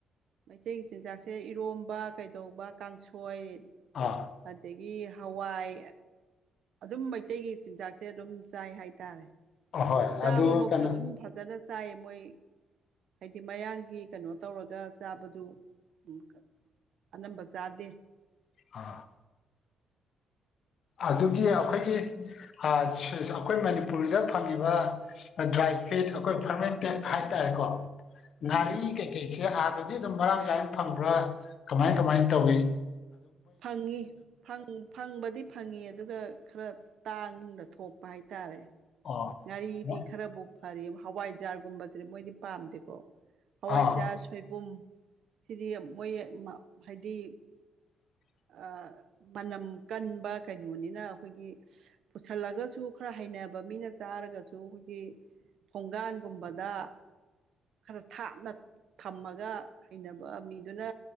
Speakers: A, on the right; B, on the left.
A: ꯃꯩꯇꯩꯒꯤ ꯆꯤꯟꯖꯥꯛꯁꯦ ꯏꯔꯣꯝꯕ ꯀꯩꯗꯧꯕ ꯀꯥꯡꯁꯣꯏ
B: ꯑꯥ
A: ꯑꯗꯒꯤ ꯍꯋꯥꯏ ꯑꯗꯨꯝ ꯃꯩꯇꯩꯒꯤ ꯆꯤꯟꯖꯥꯛꯁꯦ ꯑꯗꯨꯝ ꯆꯥꯏ ꯍꯥꯏꯇꯥꯔꯦ
B: ꯑꯍꯣꯏ
A: ꯆꯥꯕ
B: ꯑꯗꯨ
A: ꯃꯛꯁꯨ
B: ꯀꯩꯅꯣ
A: ꯑꯗꯨꯝ ꯐꯖꯅ ꯆꯥꯏꯌꯦꯕ ꯃꯣꯏ ꯍꯥꯏꯗꯤ ꯃꯌꯥꯡꯒꯤ ꯀꯩꯅꯣ ꯇꯧꯔꯒ ꯆꯥꯕꯗꯨ ꯎꯝ ꯑꯅꯝꯕ ꯆꯥꯗꯦ
B: ꯑ ꯑꯗꯨꯒꯤ ꯑꯩꯈꯣꯏꯒꯤ ꯑꯥ ꯁꯤ ꯑꯩꯈꯣꯏ ꯃꯅꯤꯄꯨꯔꯒꯤꯗ ꯐꯪꯉꯤꯕ ꯗ꯭ꯔꯥꯏ ꯑꯩꯈꯣꯏ ꯐꯔꯃꯦꯟꯇꯦꯠ ꯍꯥꯏꯇꯥꯔꯦꯀꯣ ꯉꯥꯔꯤ
A: ꯎꯝ
B: ꯀꯩꯀꯩꯁꯦ ꯍꯥꯟꯅꯗꯤ ꯑꯗꯨꯝ ꯃꯔꯥꯡ ꯀꯥꯏꯅ ꯐꯪꯕ꯭ꯔꯥ ꯀꯃꯥꯏ ꯀꯃꯥꯏꯅ ꯇꯧꯋꯤ
A: ꯐꯪꯉꯤ ꯐꯪ ꯐꯪꯕꯗꯤ ꯐꯪꯉꯤ ꯑꯗꯨꯒ ꯈꯔ ꯇꯥꯡꯅ ꯊꯣꯛꯄ ꯍꯥꯏꯇꯥꯔꯦ
B: ꯑꯣ
A: ꯉꯥꯔꯤꯗꯤ ꯈꯔꯕꯨ ꯐꯔꯤ ꯍꯋꯥꯏꯖꯥꯔꯒꯨꯝꯕꯁꯤꯗꯤ ꯃꯣꯏꯗꯤ ꯄꯥꯝꯗꯦꯀꯣ ꯍꯋꯥꯏꯖꯥꯔ
B: ꯑꯥ
A: ꯁꯣꯏꯕꯨꯝ ꯁꯤꯗꯤ ꯃꯣꯏ ꯃ ꯍꯥꯏꯗꯤ
B: <inaudible>
A: ꯑꯥ ꯃꯅꯝ ꯀꯟꯕ ꯀꯩꯅꯣꯅꯤꯅ ꯑꯩꯈꯣꯏꯒꯤ ꯄꯨꯁꯜꯂꯒꯁꯨ ꯈꯔ ꯍꯩꯅꯕ ꯃꯤꯅ ꯆꯥꯔꯒꯁꯨ ꯑꯩꯈꯣꯏꯒꯤ ꯊꯣꯡꯒꯥꯟꯒꯨꯝꯕꯗ ꯈꯔ ꯊꯥꯞꯅ ꯊꯝꯃꯒ ꯍꯩꯅꯕ ꯃꯤꯗꯨꯅ